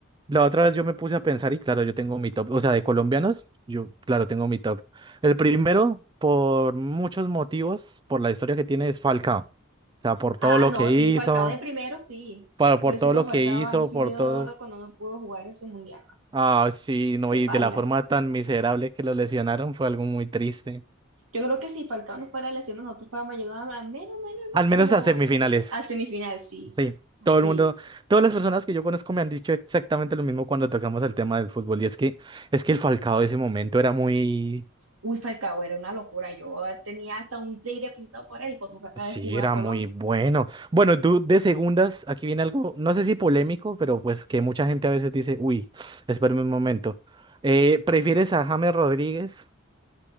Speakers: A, on the right; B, on the right.
A: la otra vez yo me puse a pensar y claro, yo tengo mi top, o sea, de colombianos, yo claro, tengo mi top. El primero, por muchos motivos, por la historia que tiene, es Falcao. O sea, por
B: Ah,
A: todo lo
B: no,
A: que hizo,
B: sí, Falcao de primero, sí.
A: para, por
B: Pobrecito
A: todo lo
B: Falcao,
A: que hizo,
B: a mí sí
A: por
B: me dio
A: todo,
B: dolor cuando no pudo jugar ese mundial.
A: ah, sí, no,
B: Qué
A: y
B: paila.
A: de la forma tan miserable que lo lesionaron, fue algo muy triste.
B: Yo creo que si Falcao no fuera lesionado, nosotros fuéramos llegado a menos, menos,
A: Al menos
B: como
A: a semifinales,
B: a semifinal, sí.
A: sí.
B: Así.
A: Todo el mundo, todas las personas que yo conozco me han dicho exactamente lo mismo cuando tocamos el tema del fútbol, y es que, es que el Falcao de ese momento era muy
B: Uy, Falcao, era una locura. Yo tenía hasta un tigre pintado por él cuando acaba
A: Sí,
B: de jugar
A: era
B: a Colombia.
A: muy bueno. Bueno, tú de segundas, aquí viene algo, no sé si polémico, pero pues que mucha gente a veces dice, uy, espérame un momento. Eh, ¿prefieres a James Rodríguez